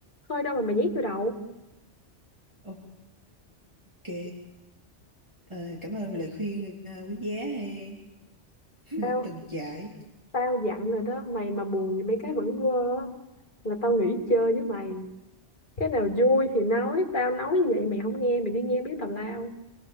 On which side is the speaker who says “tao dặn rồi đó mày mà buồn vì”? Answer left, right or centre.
Left